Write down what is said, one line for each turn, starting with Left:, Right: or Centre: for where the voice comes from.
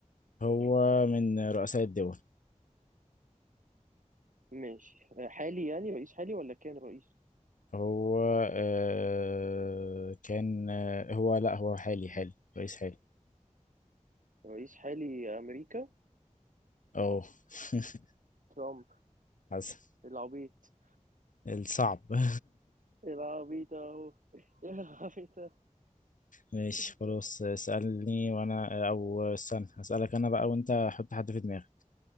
Left: هو من رؤساء الدول
Right: ماشي آه، حالي يعني رئيس حالي ولا كان رئيس
Left: هو آه كان آه هو لا هو حالي حالي رئيس حالي
Right: رئيس حالي امريكا
Left: اه <laughs>
Right: ترامب
Left: حسن
Right: العبيط
Left: الصعب <laughs>
Right: العبيط اهو <laughs> العبيط
Left: ماشي خلاص اسألني وانا او استنى اسألك انا بقى وانت حط حد في دماغك